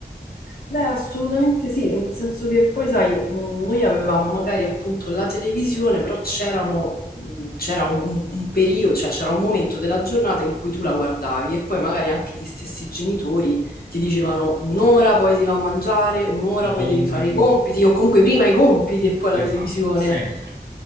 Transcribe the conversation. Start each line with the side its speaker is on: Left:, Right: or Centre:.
Left: Beh, assolutamente sì, nel senso che poi, sai, mh, noi avevamo magari appunto la televisione, però c'erano, uh, c'era un, un periodo, cioè c'era un momento della giornata in cui tu la guardavi e poi magari anche gli stessi genitori ti dicevano un'ora poi si va a mangiare, un'ora
Right: I
Left: poi
Right: compiti?
Left: devi fare i compiti, o comunque prima i compiti e poi la
Right: Esatto,
Left: televisione.
Right: sempre,